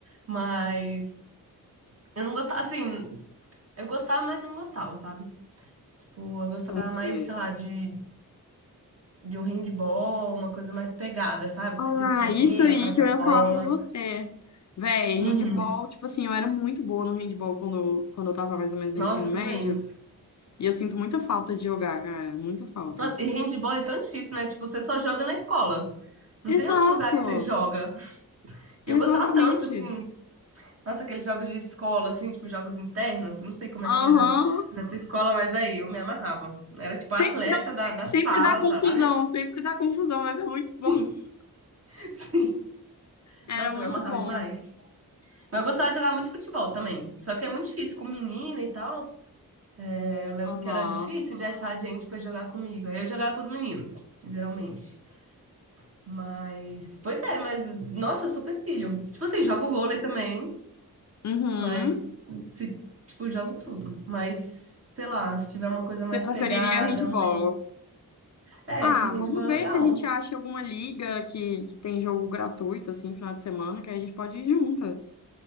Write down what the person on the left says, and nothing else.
entendi.
Ah,
isso aí
que
eu ia
falar pra você. Véi,
handball, tipo assim, eu era muito boa no handball quando, eu- quando eu tava mais ou menos no
ensino médio.
E eu sinto muita falta de jogar, cara. Muita falta.
Exato!
Exatamente.
Aham.
Sempre
dá, um-
sempre
dá confusão,
sempre dá confusão, mas é muito bom.
<laughs>
Era
muito
bom.
Aham.
Uhum.
Você
preferiria
handball?
Ah,
vamos
ver
se a gente acha alguma liga que, que tem jogo gratuito, assim, final de semana, que aí a gente pode ir juntas.